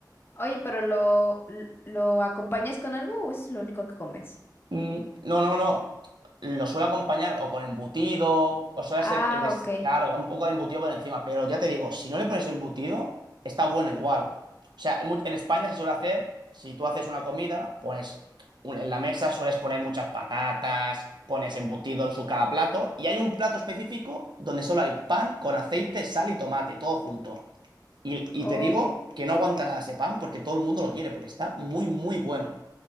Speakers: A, on the left (about 30°); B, on the right (about 80°).
A: Oye, pero lo, l- ¿lo acompañas con algo o es lo único que comes?
B: Mm, No, no, no. Lo suelo acompañar o con embutido, o suele
A: Ah,
B: ser, les-
A: ok.
B: claro, un poco de embutido por encima, pero ya te digo, si no le pones embutido, está bueno igual. O sea, en, mu- en España se suele hacer, si tú haces una comida, pones un- en la mesa, sueles poner muchas patatas, pones embutido en su cada plato, y hay un plato específico donde solo hay pan con aceite, sal y tomate, todo junto. Y, y
A: Oh,
B: te digo que no aguanta nada ese pan porque todo el mundo lo quiere, porque está muy, muy bueno.